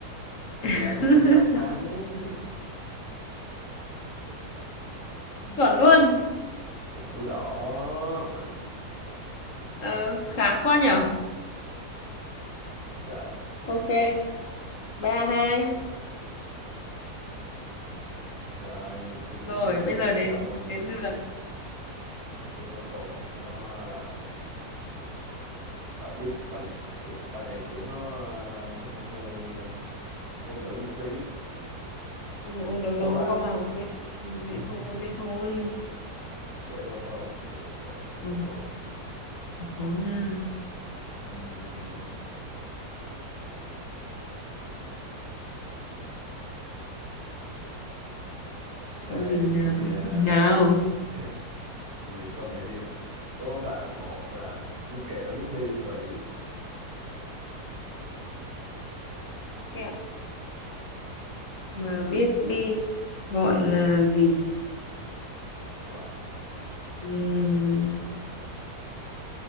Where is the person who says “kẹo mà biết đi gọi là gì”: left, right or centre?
Left